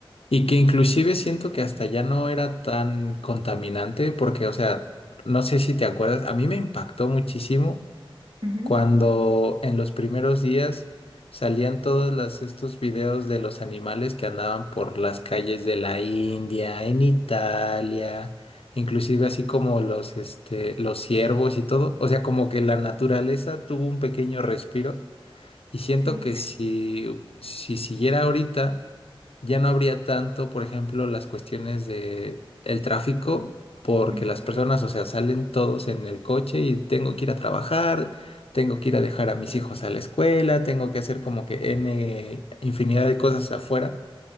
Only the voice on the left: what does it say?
Y que inclusive siento que hasta ya no era tan contaminante porque, o sea, no sé si te acuerdas, a mí me impactó muchísimo
cuando en los primeros días salían todos las- estos videos de los animales que andaban por las calles de la India, en Italia, inclusive así como los, este, los ciervos y todo. O sea, como que la naturaleza tuvo un pequeño respiro y siento
que si, si siguiera ahorita, ya no habría tanto, por ejemplo, las cuestiones de el tráfico, porque
las personas, o sea, salen todos en el coche y tengo que ir a trabajar, tengo que ir a dejar a mis hijos a la escuela, tengo que hacer como
que N infinidad de cosas afuera.